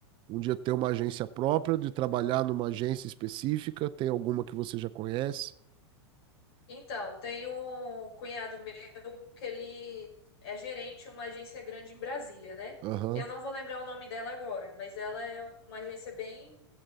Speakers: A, on the right (about 35°); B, on the left (about 65°).
A: um dia ter uma agência própria, de trabalhar numa agência específica? Tem alguma que você já conhece?
B: Então, tem um cunhado meu que ele é gerente de uma agência grande em Brasília, né?
A: Aham,
B: Eu não vou lembrar o nome dela agora, mas ela é uma agência bem,